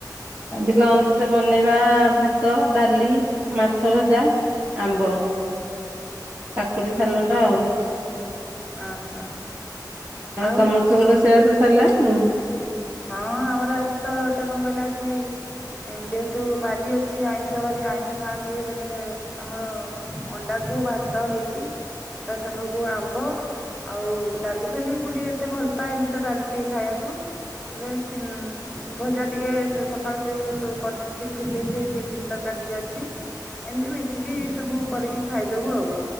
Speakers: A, on the right; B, in the centre.
A: ଆଜି ଲଞ୍ଚ ରେ ବନେଇବା ଭାତ ଡାଲି ମାଛ ଭଜା। ଆମ୍ବ। କାକୁଡି ସାଲଟ ଆଉ।
B: ଓହୋ ଆଉ
A: ତମର
B: ହଁ
A: ସବୁ ରୋଷେଇବାସ ସରିଲାଣି?
B: ଆମର ଆଜି ତ ଏଟା କଣ କହିଲେ ଆଜି ଯେହେତୁ ବାରି ଅଛି ଆଇଁଷ ବାରି ଆଇଁଷ ଖାଆନ୍ତି ବୋଲେ ଆମର ଅଣ୍ଡା କୁ କୁ ଭାତ ହେଇଛିି ତା ସାଙ୍ଗ କ ଆମ୍ବ। ଆଉ ଡାଲି ଫାଲି ମୁଁ ଟିକେ ଏତେ ଭଲ ପାଏନି ତ ଡାଲି ଟିକେ ଖାଇବାକୁ। ବଲେ ଇ ଭଜା ଟିକେ ସକାଳୁ ଯୋଉ କରିଥିଲି ଯୋ ଟିଫିନ ଦେଇଥିଲେ ସେ ଟିଫିନ ତରକାରି। ଟିକେ ଅଛି ଏମତି ମିଶିକି ସବୁ କରିକି ଖାଇଦବୁ ଆଉ।